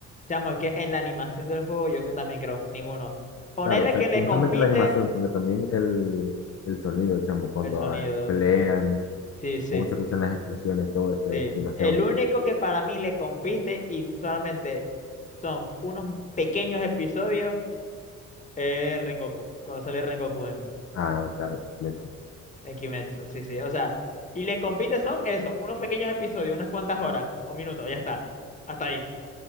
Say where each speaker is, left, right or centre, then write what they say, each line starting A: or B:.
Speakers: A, on the left; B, on the left.
A: Chamo, es que en la animación del juego yo que también creo, ninguno. Ponerle
B: Claro, o sea,
A: que le
B: y no
A: compite
B: solamente la animación, sino también el, el sonido, chamo, cuando
A: el sonido.
B: ah, pelean,
A: Sí, sí,
B: cómo se escuchan las explosiones, todo eso
A: sí.
B: es demasiado
A: El
B: bello.
A: único que para mí le compite y solamente son unos pequeños episodios es Rengoku, cuando sale Rengoku en,
B: Ah, claro, Metsu.
A: en Kimetsu. Sí, sí, o sea, y le compite son eso, unos pequeños episodios, unas cuantas horas o minutos, ya está. Hasta ahí.